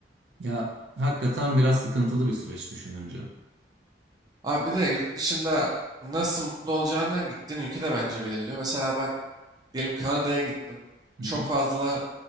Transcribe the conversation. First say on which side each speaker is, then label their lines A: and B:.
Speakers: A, on the right; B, on the right.
A: Ya hakikaten biraz sıkıntılı bir süreç düşününce.
B: Abi bir de yurt dışında nasıl mutlu olacağını gittiğin ülke de bence belirliyor. Mesela ben Diyelim Kanada'ya gittim.
A: Hı
B: Çok
A: hı.
B: fazla